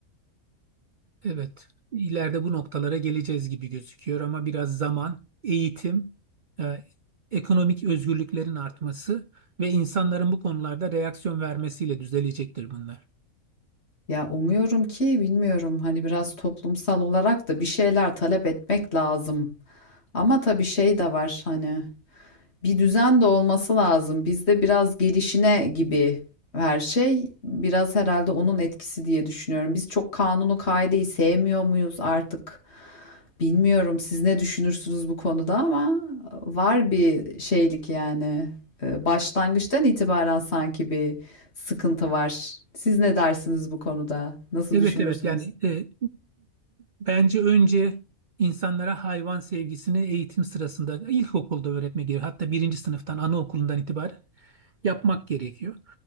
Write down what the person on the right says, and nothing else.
Evet, ileride bu noktalara geleceğiz gibi gözüküyor ama biraz zaman, eğitim, e, ekonomik özgürlüklerin artması ve insanların bu konularda reaksiyon vermesiyle düzelecektir bunlar.
Evet
evet yani e, bence önce insanlara hayvan sevgisini eğitim sırasında ilkokulda öğretme gerekiyor. Hatta birinci sınıftan anaokulundan itibaren yapmak gerekiyor.